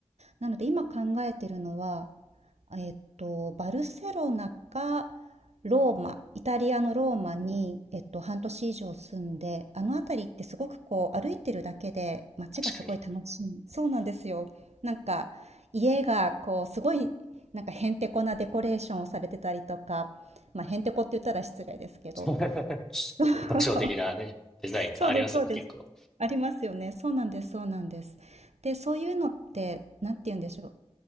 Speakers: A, on the right; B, in the centre.
A: なので今考えてるのは、えっと、バルセロナかローマ、イタリアのローマに、えっと、半年以上住んで、あの辺りってすごくこう歩いてるだけで街がすごい楽しい。
B: 確かに。
A: そうなんですよ。なんか家がこうすごいなんかへんてこなデコレーションをされてたりとか、まあへんてこって言ったら失礼ですけど、
B: <laughs> 特徴的なね、
A: <laughs>
B: デザインがありますよね、
A: そうです、そうです。
B: 結構。
A: ありますよね。そうなんです、そうなんです。で、そういうのって、なんて言うんでしょう。